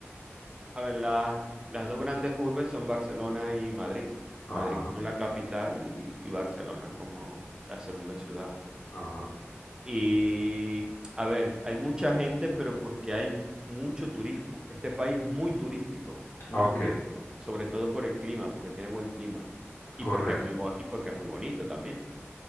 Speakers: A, on the right; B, on the left.
A: a ver, las, las dos grandes urbes son Barcelona y Madrid.
B: Ajá,
A: Madrid como la capital y, y Barcelona como la segunda ciudad.
B: ajá.
A: Y a ver, hay mucha gente, pero porque hay mu- mucho turismo. Este país es muy turístico, muy
B: Ah, Ok,
A: turístico, sobre todo por el clima, porque tiene buen clima y
B: correcto.
A: porque es muy, bo- y porque es muy bonito también,